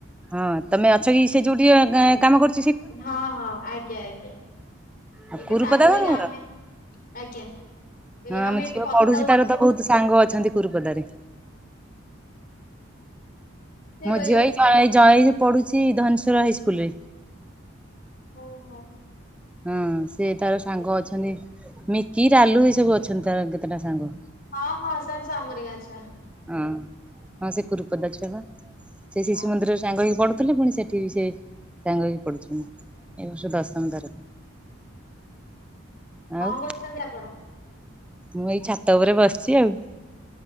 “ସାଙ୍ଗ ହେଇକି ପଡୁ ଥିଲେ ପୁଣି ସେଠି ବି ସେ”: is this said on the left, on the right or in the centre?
Centre